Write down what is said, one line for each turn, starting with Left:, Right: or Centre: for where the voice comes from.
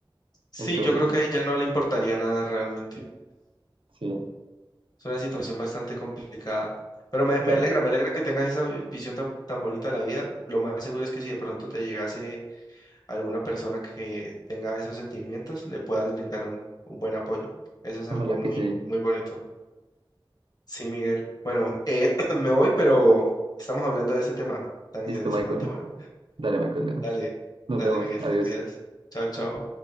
Left: Sí,
Right: Entonces,
Left: yo creo que a ella no le importaría nada realmente.
Right: sí,
Left: Es una situación bastante complicada. Pero me,
Right: exacto.
Left: me alegra, me alegra que tengas esa vi- visión ta- tan, bonita de la vida. Lo más seguro es que si de pronto te llegase alguna persona que tenga esos sentimientos, le puedas brindar un, un buen apoyo. Eso es algo
Right: Ojalá
Left: muy,
Right: que sí.
Left: muy bonito. Sí, Miguel. Bueno, eh, <clears throat> me voy, pero estamos hablando de este tema tan
Right: Listo,
Left: interesante.
Right: Michael.
Left: Bueno,
Right: Dale, Michael.
Left: dale,
Right: Nos
Left: dale,
Right: vemos.
Left: Miguel,
Right: Adiós.
Left: te cuidas. Chao, chao.